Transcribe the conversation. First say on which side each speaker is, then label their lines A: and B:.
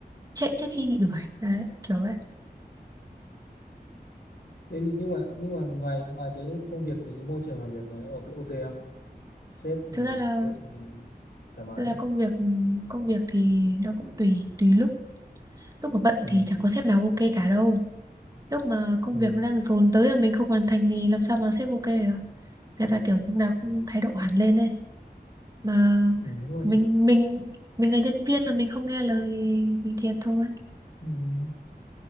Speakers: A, on the right; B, on the left.
A: chạy trước khi bị đuổi đấy kiểu vậy
B: Thế nhưng nhưng mà nhưng mà ngoài ngoài cái công việc thì cái môi trường làm việc này ok ok không sếp như
A: thực
B: nào?
A: ra là
B: sếp ừ, thoải mái
A: thực ra
B: không?
A: công việc công việc thì nó cũng tùy tùy lúc lúc mà bận
B: ừ.
A: thì chẳng có sếp nào ok cả đâu lúc mà công
B: Ừ.
A: việc nó đang dồn tới mà mình không hoàn thành thì làm sao mà sếp ok được người ta kiểu lúc nào cũng thái độ hẳn lên đây mà
B: Ừ. nhưng mà
A: mình
B: trực
A: mình mình là nhân viên mà mình không nghe lời thì mình thiệt thôi
B: ừ.